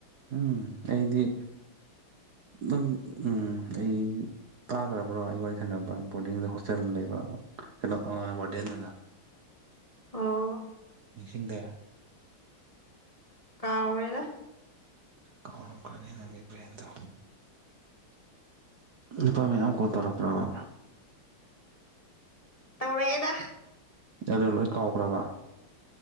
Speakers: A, on the right (about 50°); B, on the left (about 15°).
A: ꯎꯝ ꯑꯩꯗꯤ
B: <inaudible>
A: ꯅꯪ ꯎꯝ ꯑꯩꯖꯤ ꯇꯥꯒ꯭ꯔꯥꯕ꯭ꯔꯣ ꯑꯩ ꯋꯥꯔꯤ ꯁꯥꯟꯅꯕ ꯕꯣꯔꯗꯤꯡꯗ ꯍꯣꯁꯇꯦꯜꯗ ꯂꯩꯕ ꯀꯩꯅꯣ ꯑꯥ ꯋꯥꯔꯗꯦꯟ ꯑꯣꯏꯅ
B: ꯑꯣ
A: ꯅꯤꯡꯁꯤꯡꯗꯦ
B: ꯀꯥꯎꯔꯦꯗ
A: ꯀꯥꯎꯔꯝꯒꯅꯤ ꯅꯪꯒꯤ ꯕ꯭ꯔꯦꯟꯗꯣ ꯅꯨꯄꯥ ꯃꯌꯥꯝ ꯀꯣꯜ ꯇꯧꯔꯛꯄ꯭ꯔꯕ
B: ꯇꯧꯔꯛꯑꯦꯗ
A: ꯑꯗꯨ ꯂꯣꯏ ꯀꯥꯎꯈ꯭ꯔꯕ